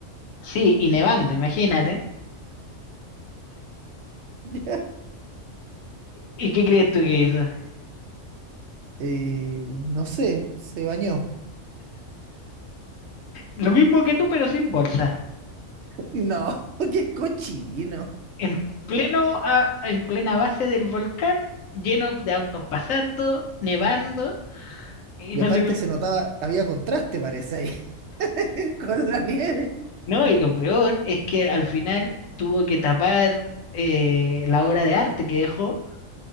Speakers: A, on the left; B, on the right.
A: Sí, y nevando, imagínate.
B: <laughs>
A: ¿Y qué crees tú que hizo?
B: Eh, no sé, se bañó.
A: Lo mismo que tú, pero sin bolsa.
B: No, <laughs> qué cochino.
A: En pleno, a- en plena base del volcán, lleno de autos pasando, nevando, y
B: Y
A: no
B: aparte
A: se lo-
B: se notaba, había contraste, parece ahí, <laughs> con la nieve.
A: No, y lo peor es que al final tuvo que tapar eh, la obra de arte que dejó